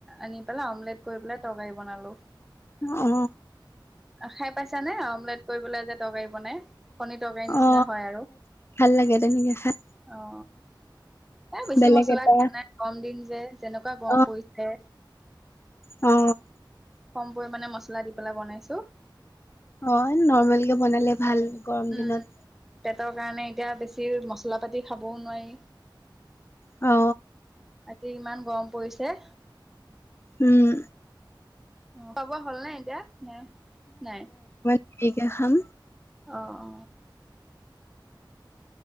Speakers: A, in the centre; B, on the left.
A: আনি পেলাই অমলেট কৰি পেলাই তৰকাৰী বনালো।
B: অ।
A: খাই পাইছা নে অমলেট কৰিবলৈ যে তৰকাৰী বনাই। কণে তৰকাৰি নিচিনা
B: অ
A: হয় আৰু।
B: ভাল লাগে তেনেকে খাই
A: অ এ বেছি
B: বেলেগ
A: মছলা
B: এটা
A: দিয়া নাই। কম দিন যে যেনেকুৱা গম
B: অ
A: পৰিছে।
B: অ।
A: কম পৰিমাণে মছলা দি পেলাই বনাইছো।
B: অ নৰ্মেল কে বনালে ভাল গৰম
A: উম,
B: দিনত।
A: পেটৰ কাৰণে এতিয়া বেছি মছলা পাতি খাবও নোৱাৰি।
B: অ।
A: আজি ইমান গৰম পৰিছে।
B: উম।
A: উ খোয়াবোয়া হ'ল নাই এতিয়া নাই নাই।
B: এতিয়া খাম।
A: অ অ।